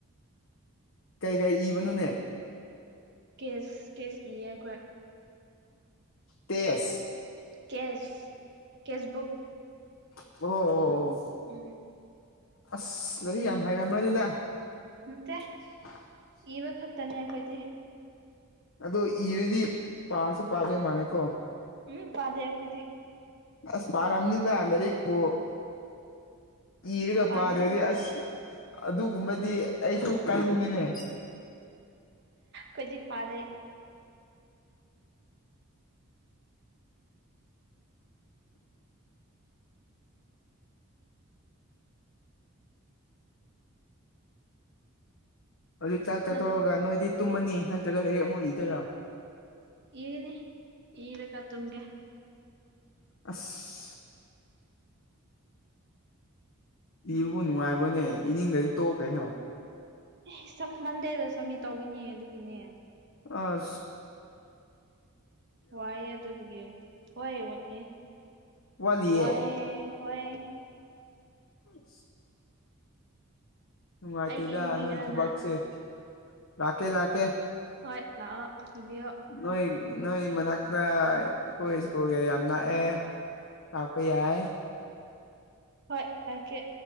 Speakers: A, on the left (about 60°); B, on the right (about 50°).
A: ꯀꯩ ꯀꯩ ꯏꯕꯅꯣꯅꯦ
B: ꯀꯦꯁ ꯀꯦꯁ ꯏꯌꯦ ꯑꯩꯈꯣꯏ
A: ꯇꯁ
B: ꯀꯦꯁ ꯀꯦꯁꯕꯨꯛ
A: ꯑꯣ ꯑꯣ ꯑꯣ
B: ꯎꯝ
A: ꯑꯁ ꯂꯥꯏꯔꯤꯛ ꯌꯥꯝ ꯍꯥꯏꯔꯝꯕ꯭ꯔꯅꯦꯗ
B: ꯃꯠꯇꯦ
A: <inaudible>
B: ꯏꯕ ꯈꯛꯇꯅꯦ ꯑꯩꯈꯣꯏꯗꯤ
A: ꯑꯗꯣ ꯏꯔꯗꯤ ꯄꯥꯁꯨ ꯄꯥꯗꯣꯏ ꯃꯥꯜꯂꯀꯣ
B: ꯎꯝ ꯐꯥꯗꯦ ꯑꯩꯈꯣꯏꯗꯤ
A: ꯑꯁ ꯔ ꯌꯥꯝꯝꯅꯤꯗ ꯂꯔꯦꯛ ꯄꯣ ꯏꯔꯒ
B: ꯄꯥꯗꯦ
A: ꯄꯥꯗ꯭ꯔꯗꯤ ꯑꯁ ꯑꯗꯨꯒꯨꯝꯕꯗꯤ ꯑꯩꯁꯨ ꯀꯥꯏꯅꯤꯡꯉꯦꯅꯦ
B: ꯈꯨꯗꯤ ꯄꯥꯗꯩ
A: ꯍꯧꯖꯤꯛ ꯆꯥꯛ ꯆꯥꯠꯇꯧꯔꯒ
B: ꯅꯪ
A: ꯅꯣꯏꯗꯤ ꯇꯨꯝꯃꯅꯤ ꯅꯠꯇ꯭ꯔꯒ ꯂꯩꯔꯛ ꯑꯃꯨꯛ ꯏꯗꯣꯏꯔꯣ
B: ꯏꯅꯦ ꯏꯂꯀ ꯇꯝꯦ
A: ꯑꯁ ꯏꯕꯨ ꯅꯨꯡꯉꯥꯏꯕ꯭ꯔꯣꯅꯦ ꯏꯅꯤꯡꯗꯗꯤ ꯇꯣꯛ ꯀꯩꯅꯣ
B: ꯑꯦ ꯁ ꯃꯟꯗꯦꯗ ꯁꯃꯤꯠ ꯇꯧꯈꯤꯅꯤ ꯑꯗꯨꯒꯤꯅꯦ
A: ꯑ
B: ꯋꯥꯏ ꯑꯗꯨꯕꯨꯒꯤ ꯍꯣꯏ ꯑꯣꯠꯂꯤ
A: ꯋꯥꯠꯂꯤꯌꯦ
B: ꯋꯥꯏꯑꯦ ꯍꯣꯏ
A: ꯑ ꯅꯨꯡꯉꯥꯏꯇꯦꯗ
B: ꯑꯩꯒꯤ ꯏꯕꯤꯒꯦꯔꯥ
A: ꯅꯣꯏ ꯊꯕꯛꯁꯦ
B: ꯅꯪ
A: ꯂꯥꯛꯀꯦ ꯂꯥꯛꯀꯦ
B: ꯍꯣꯏ ꯂ ꯇꯤꯚꯤ
A: ꯅꯣꯏ ꯅꯣꯏꯣꯏ ꯃ ꯗ ꯏꯀꯣꯏ ꯏꯀꯨꯒꯤ ꯌꯥꯝ ꯅꯥꯛꯑꯦ ꯂꯥꯛꯄ ꯌꯥꯏ
B: ꯍꯣꯏꯀꯦ